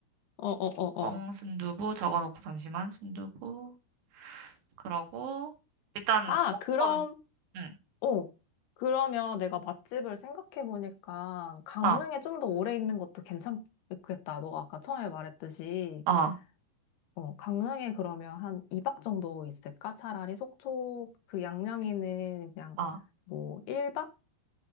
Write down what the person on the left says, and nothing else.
어, 어, 어,
어.
아,
그럼,
어. 그러면 내가 맛집을 생각해보니까 강릉에
좀 더 오래 있는 것도 괜찮겠다. 너가 아까 처음에 말했듯이.
어, 강릉에 그러면 한 2박 정도 있을까? 차라리 속초 그 양양에는 그냥
뭐 1박?